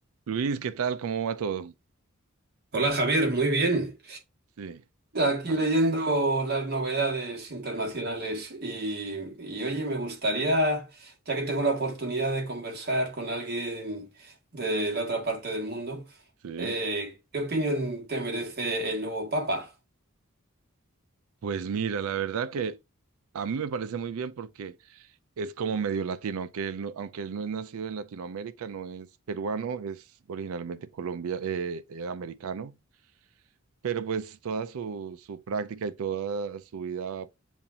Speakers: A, on the right; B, on the right.
A: Luis, ¿qué tal? ¿Cómo va todo?
B: Hola Javier, muy bien.
A: Sí,
B: Aquí
A: ah,
B: leyendo las novedades internacionales y, y, oye, me gustaría, ya que tengo la oportunidad de conversar con alguien de la otra parte del mundo,
A: sí.
B: eh, ¿qué opinión te merece el nuevo Papa?
A: Pues mira, la verdad que a mí me parece muy bien porque es como medio latino, aunque él no, aunque él no es nacido en Latinoamérica, no es peruano, es originalmente Colombia, eh, eh, americano, pero pues toda su, su práctica y toda su vida